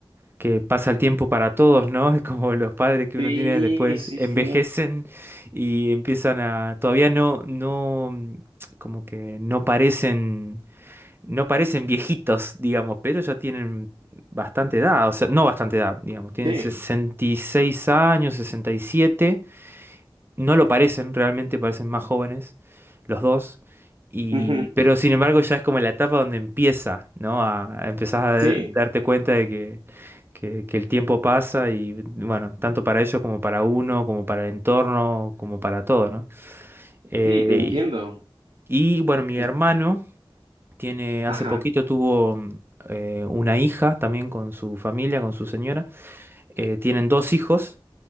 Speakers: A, on the right; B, on the right.
A: que pasa el tiempo para todos, ¿no? <laughs> Es como los padres que
B: Sí,
A: uno tiene después
B: sí,
A: envejecen
B: sí.
A: y empiezan a, todavía no, no, mm, como que no parecen, no parecen viejitos, digamos, pero ya tienen bastante edad, o sea, no bastante edad, digamos, tienen
B: Sí,
A: 66 años, 67. No lo parecen, realmente parecen más jóvenes los dos. Y,
B: ujú.
A: pero sin embargo ya es como la etapa donde empieza, ¿no? A, a empezar a
B: Sí,
A: darte cuenta de que, que- que el tiempo pasa y bueno, tanto para ellos como para uno, como para el entorno, como para todo, ¿no? Eh,
B: sí, te entiendo.
A: y bueno, mi
B: Te-
A: hermano tiene,
B: Ajá,
A: hace poquito tuvo mm, eh, una hija también con su familia, con su señora. Eh, tienen dos hijos.